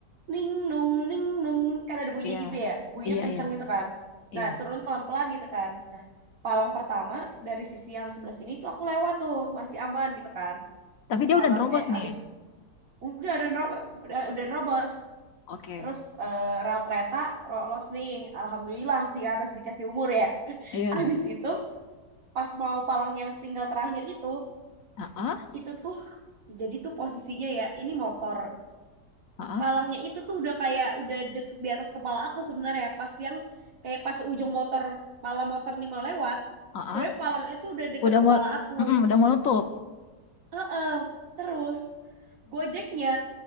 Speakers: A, on the right; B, on the left.
A: ning nung ning nung kan ada bunyinya
B: iya
A: gitu ya. Bunyinya
B: iya
A: kenceng
B: iya
A: gitu kan.
B: iya
A: Nah, turun tuh pelan-pelan gitu kan. Nah, palang pertama dari sisi yang sebelah sini tuh aku lewat tuh, masih aman gitu kan.
B: tapi dia
A: Palang
B: udah nerobos
A: eh
B: nih
A: abis udah udah nerobos, udah, udah nerobos.
B: oke
A: Terus eh, rel kereta lolos nih. Alhamdulillah sih kan masih dikasih umur ya. <laughs>
B: iya
A: Abis itu pas mau palang yang tinggal terakhir itu,
B: ah ah
A: itu tuh jadi tuh posisinya ya, ini motor.
B: ah ah
A: palangnya itu tuh udah kayak udah deket di atas kepala aku sebenarnya pas yang kayak pas ujung motor pala motor nih mau lewat
B: ah,
A: sebenarnya
B: ah.
A: palangnya tuh udah deket
B: udah
A: kepala
B: mau
A: aku
B: mm-mm, udah mau nutup
A: Heeh. terus gojeknya